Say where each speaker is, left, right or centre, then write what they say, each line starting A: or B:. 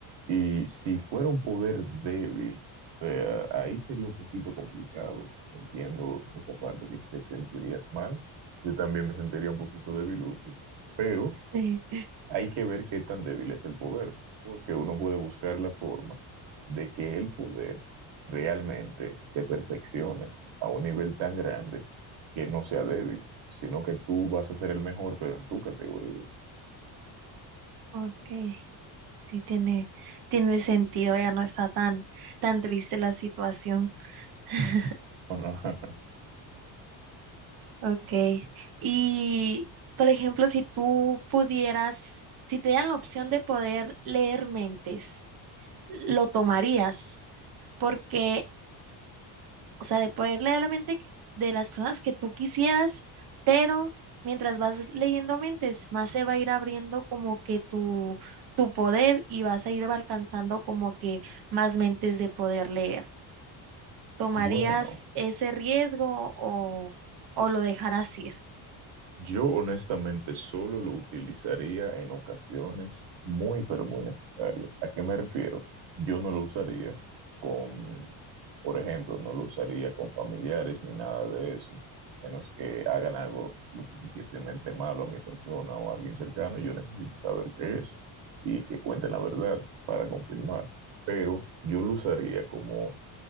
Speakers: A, on the right; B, on the right.
A: Y si fuera un poder débil, eh, ahí sería un poquito complicado. Entiendo esa parte que te sentirías mal. Yo también me sentiría un poquito debilucho. Pero
B: sí,
A: hay que ver qué tan débil es el poder, porque uno puede buscar la forma de que el poder realmente se perfeccione a un nivel tan grande que no sea débil, sino que tú vas a ser el mejor, pero en tu categoría.
B: ok. Sí, tiene, tiene sentido, ya no está tan, tan triste la situación. <laughs>
A: ¿O no? <laughs>
B: Ok. Y, por ejemplo, si tú pudieras, si te dieran la opción de poder leer mentes, ¿lo tomarías? Porque, o sea, de poder leer la mente de las personas que tú quisieras, pero mientras vas leyendo mentes, más se va a ir abriendo como que tu, tu poder y vas a ir alcanzando como que más mentes de poder leer. ¿Tomarías
A: Bueno.
B: ese riesgo o, o lo dejarás ir?
A: Yo honestamente solo lo utilizaría en ocasiones muy, pero muy necesarias. ¿A qué me refiero? Yo no lo usaría con, por ejemplo, no lo usaría con familiares ni nada de eso, menos que hagan algo lo suficientemente malo a mi persona o a alguien cercano. Yo necesito saber qué es y que cuenten la verdad para confirmar. Pero yo lo usaría como